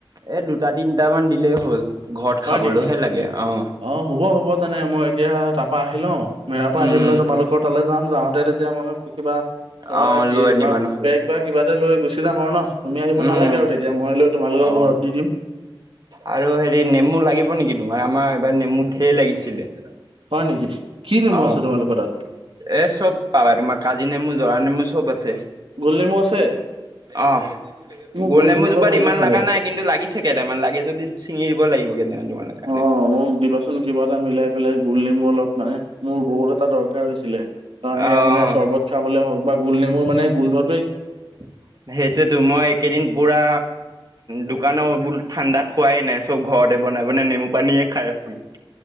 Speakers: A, on the right; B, on the right.
A: এ দুটা তিনটা মান দিলেই হ'ল, ঘৰত
B: হয়
A: খাবলৈহে
B: নেকি?
A: লাগে অ।
B: অ হ'ব - হ'ব। তেনে মই এতিয়া, তাৰপৰা আহি লওঁ মেৰাৰ পৰা
A: উম,
B: আহি পেলাই <inaudible> যাম। যাওঁতে তেতিয়া মই কিবা <inaudible>
A: অ', লৈ আনিবা নহ'লে
B: বেগ বা কিবা লৈ গুচি যাম আৰু নহ, তুমি আহিব
A: উম,
B: নালাগে আৰু তেতিয়া। মই লৈ তোমালোকৰ
A: অ
B: ঘৰত দি দিম
A: আৰু হেৰি নেমু লাগিব নেকি তোমাৰ আমাৰ এইবাৰ নেমু ঢেৰ লাগিছিলে?
B: হয় নেকি কি নেমু
A: অ,
B: আছে তোমালোকৰ তাত
A: এ চব পাবা তোমাৰ কাজি নেমু, জৰা নেমু, চব আছে।
B: গোল নেমু আছে?
A: আহ
B: মোক
A: গোল নেমু জোপাত
B: অলপ লাগিছিলে
A: ইমান লগা নাই কিন্তু, লাগিছে কেইটামান, লাগে যদি ছিঙি দিব লাগিব কেইটামান। তোমাৰ কাৰণে।
B: অ, মোক দিবাচোন কিবা এটা মিলাই পেলাই গোল নেমু অলপ মানে। মোৰ বহুত এটা দৰকাৰ হৈছিলে কাৰণ,
A: অ',
B: ইাৰ মানে চৰ্বত খাবলৈ হওক বা গোল নেমুৰ মানে গোন্ধত
A: <inaudible> সেইটোয়েতো মই এই কেইদিন পুৰা দোকানৰ বো ঠাণ্ডা খোৱাই নাই, চব ঘৰতে বনাই -বনাই নেমু পানীয়েে খাই আছো।